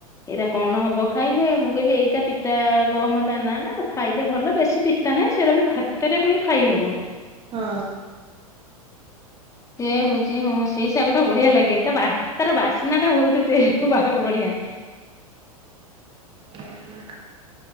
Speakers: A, on the left; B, on the right.
A: ଏଇରା କଣ ହବ ଖାଇଲେ, ମୁଁ କହିଲି ଏଇଟା ପିତା ଗହମ ତା ନାଁ ଟା ଖାଇଲେ ଭଲ। ବେଶୀ ପିତା ନାହିଁ ସେଉରା ବି ଭା ତରେ ପକେଇ ଖାଇହବ।
B: ହଁ।
A: ସେ ହଉଛି ହଁ ସେଇ ଶାଗ ଟା ବଢିଆ ଲାଗେ ତା ବା ତାର ବାସ୍ନା ଟା ବହୁତ ଟେ ବା ବଢିଆ।
B: ଉଁ ହୁଁ।